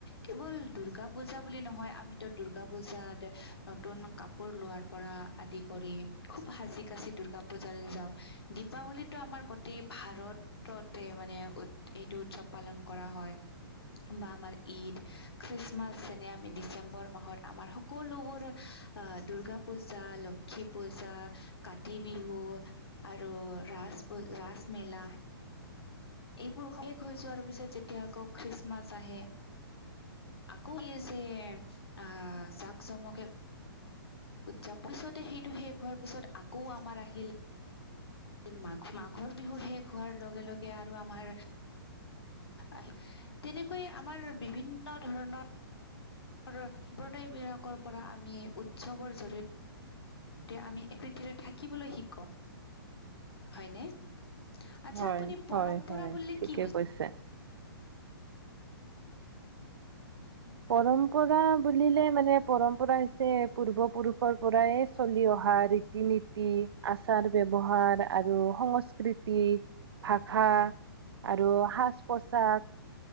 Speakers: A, on the left; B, on the right.
A: কেৱল দুৰ্গা পূজা বুলি নহয় আমিতো দুৰ্গা পূজাতে নতুন কা- পোৰ লোৱাৰ পৰা আদি কৰি খুব সাজি কাচি দূৰ্গা পূজালে যাওঁ। দীপাৱলীটো আমাৰ গোটেই ভাৰত- ততে মানে উৎ এইটো উৎসৱ পালন কৰা হয় বা আমাৰ ঈদ, খ্ৰীষ্টমাছ যেনে আমি ডিচেম্বৰ মাহত আমাৰ সকলোবোৰ আহ দুৰ্গা পূজা, ল- ক্ষী পূজা, কাতি বিহু আৰু ৰাজ পূ ৰাজ মেলা এইবোৰ শেষ হৈ যোৱাৰ পিছত যেতিয়া আকৌ খ্ৰীষ্টমাছ আহে আকৌ ইয়ে যে আ জাক জমকে উৎযাব পিছতে সেইটো শেষ হোৱাৰ পিছত আকৌ আমাৰ আহিল মাঘ মাঘৰ বিহু শেষ হোৱাৰ লগে লগে আৰু আমাৰ আহ তেনেকৈয়ে আমাৰ বিভিন্ন ধৰণৰ সম্প্ৰদায় বিলাকৰ পৰা আমি উৎসৱৰ জৰিয়- তে আমি প্ৰতিৰে থাকিবলৈ শিকো হয়নে আচ্ছা
B: হয়
A: আপুনি
B: হয়
A: পৰম্পৰা
B: হয়
A: বুললে
B: ঠিকে
A: কি বুজ-
B: কৈছে পৰম্পৰা বুলিলে মানে পৰম্পৰা হৈছে পূৰ্বপুৰুষৰ পৰাই চলি অহা ৰী- ৰীতি-নীতি আচাৰ ব্যৱহাৰ আৰু সংস্কৃতি ভাষা আৰু সাজ-পোচাক